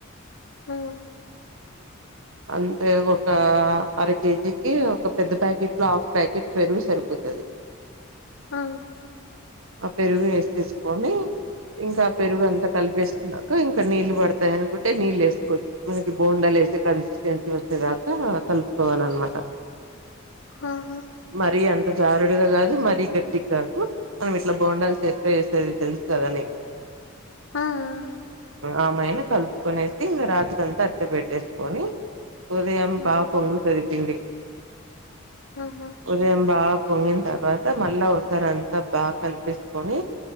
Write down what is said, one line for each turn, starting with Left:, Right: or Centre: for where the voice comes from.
Left: ఆ
Right: అంటే ఒక అర కేజీకి ఒక పెద్ద ప్యాకెట్ లో ఆ ఫ్ ప్యాకెట్ పెరుగు సరిపోతది
Left: అ
Right: ఆ పెరుగు వేసిసుకొని ఇంకా పెరుగు అంతా కలిపేస్తుకున్నాక ఇంకా నీళ్ళు పడతాయి అనుకుంటే నీళ్ళు వేసుకోవచ్చు మనకి బోండాలు వేసే కన్సిస్టెన్సీ వచ్చేదక కలుపుకోవాల అన్నమాట
Left: ఆహా
Right: మరి అంత జారుడుగా కాదు మరీ గట్టికి కాదు మనం ఇట్లా బొండాలు చేత్తో వేసేది తెలుసు కదా నీకు
Left: హ్మ్.
Right: ఆమైనా కలుప్ కునేసి ఇంగ రాత్రంతా అట్టే పెట్టేసుకొని ఉదయం
Left: హ్మ్.
Right: బా పొంగుతాది పిండి
Left: ఆహా
Right: ఉదయం బాగా పొంగిన తర్వాత మళ్ళా ఒకసారి అంతా బాగా కలిపిసుకొని